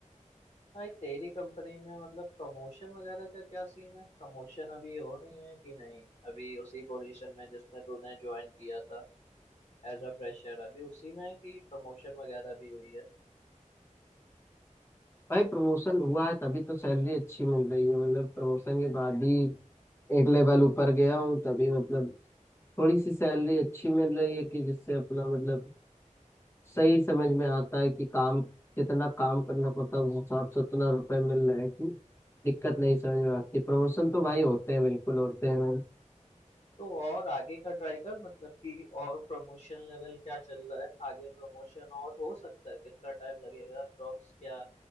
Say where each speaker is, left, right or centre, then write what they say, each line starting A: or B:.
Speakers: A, on the left; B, on the left.
A: भाई तेरी कंपनी में मतलब प्रमोशन वगैरह का क्या सीन है प्रमोशन अभी हो रही है कि नहीं अभी उसी पोजीशन में जिसने तूने ज्वाइन किया था एज अ फ्रेशर अभी उसी में है कि प्रमोशन वगैरह भी हुई है
B: भाई प्रमोशन हुआ है तभी तो सैलरी अच्छी मिल रही है मतलब प्रमोशन के बाद ही एक लेवल ऊपर गया हूँ तभी मतलब थोड़ी सी सैलरी अच्छी मिल रही है कि जिससे अपना मतलब सही समझ में आता है कि काम जितना काम करना पड़ता है उस हिसाब से उतना रुपए मिल रहे हैं कि दिक्कत नहीं समझ में आती प्रमोशन तो भाई होते हैं बिल्कुल होते हैं भाई
A: तो और आगे का ट्राई कर मतलब कि और प्रमोशन लेवल क्या चल रहा है आगे प्रमोशन और हो सकता है कितना टाइम लगेगा अप्रोक्स क्या